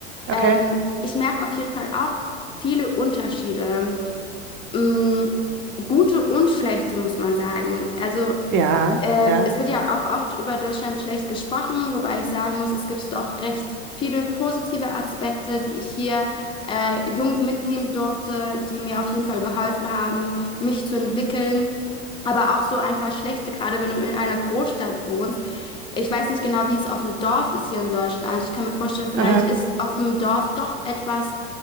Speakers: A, on the left (about 15°); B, on the right (about 35°).
A: Ähm,
B: Okay.
A: ich merke auf jeden Fall auch viele Unterschiede mh, gute und schlechte, muss man sagen. Also
B: Ja,
A: äh,
B: ja.
A: es wird ja auch oft über Deutschland schlecht gesprochen, wobei ich sagen muss, es gibt doch recht viele positive Aspekte, die ich hier äh, jung mitnehmen durfte, die mir auf jeden Fall geholfen haben, mich zu entwickeln. Aber auch so ein paar schlechte, gerade wenn du in einer Großstadt wohnst. Ich weiß nicht genau, wie es auf dem Dorf ist hier in Deutschland. Ich kann mir vorstellen, vielleicht
B: Aha.
A: ist auf dem Dorf doch etwas